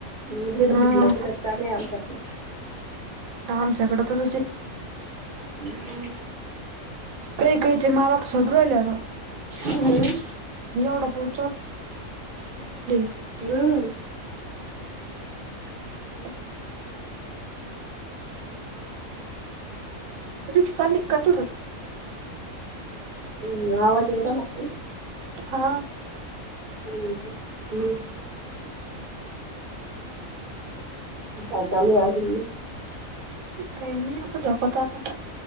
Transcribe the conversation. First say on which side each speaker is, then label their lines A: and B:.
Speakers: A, on the right; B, on the right.
A: जिडं
B: हा
A: फुटलं तिडच काल आमच्याकडं.
B: ह आमच्याकडें त तशी
A: हम्म
B: काही काहीचे माल सड राहिलेता
A: हम्म
B: एवढा पाऊ. <inaudible>
A: हम्म
B: <inaudible> रिक्षा निकका तडून.
A: हम् आवाज येरा ला?
B: हा
A: हम्म हम्म काय चालू अजून.
B: काही नाही आता झोपतो आता